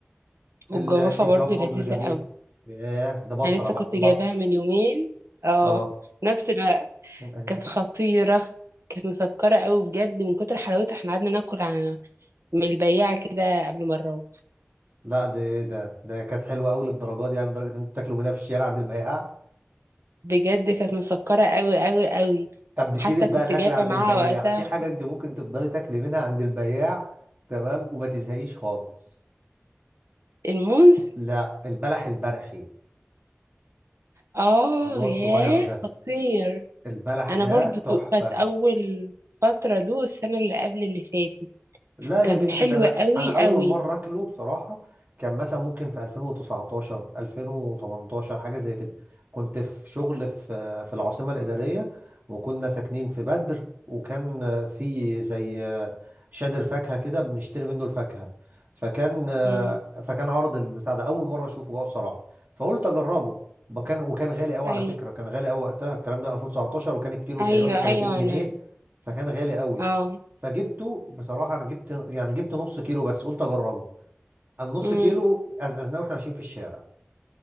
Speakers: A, on the right; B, on the right.
A: والجوافة
B: ال- الجوافه
A: برضو لذيذة
B: برضو اللي جميله
A: قوي
B: ياه ده بصره
A: انا لسه
B: بقى
A: كنت
B: بصر
A: جايباها من يومين اه
B: اه
A: نفس الوقت
B: أيوة.
A: كانت خطيرة كانت مسكرة قوي بجد من كتر حلاوتها احنا قعدنا ناكل من البياعة كده قبل ما نروح
B: لا ده ده ده كانت حلوه قوي للدرجه دي يعني لدرجه ان انتوا بتاكلوا منها في الشارع عند البياع
A: بجد كانت مسكرة قوي قوي قوي
B: طب بسيرة
A: حتى
B: بقى
A: كنت
B: الأكل
A: جايبة
B: عند
A: معاها
B: البياع
A: وقتها
B: في حاجة أنت ممكن تفضلي تاكلي منها عند البياع تمام وما تزهقيش خالص
A: الموز
B: لا البلح البرحي
A: اه
B: اللي هو
A: ياه
B: الصغير ده
A: خطير
B: البلح
A: انا
B: ده
A: برضو
B: تحفة
A: دو- كانت اول فترة دو السنة اللي قبل اللي فاتت
B: لا
A: كان
B: يا بنتي
A: حلو
B: ده انا
A: قوي
B: انا اول
A: قوي
B: مره اكله بصراحه كان مثلا ممكن في 2019 2018 حاجه زي كده كنت في شغل في في العاصمه الاداريه وكنا ساكنين في بدر وكان في زي شادر فاكهه كده بنشتري منه الفاكهه فكان
A: امم
B: فكان عرض البتاع ده اول مره اشوفه بقى بصراحه فقلت اجربه وكان وكان غالي قوي
A: ايوه
B: على فكره كان غالي قوي وقتها الكلام ده 2019 وكان الكيلو
A: ايوه
B: تقريبا ب 30
A: ايوه
B: جنيه
A: انا
B: فكان غالي قوي
A: اه
B: فجبته بصراحه انا جبت يعني جبت نص كيلو بس قلت اجربه النص
A: امم
B: كيلو أزأزناه واحنا ماشيين في الشارع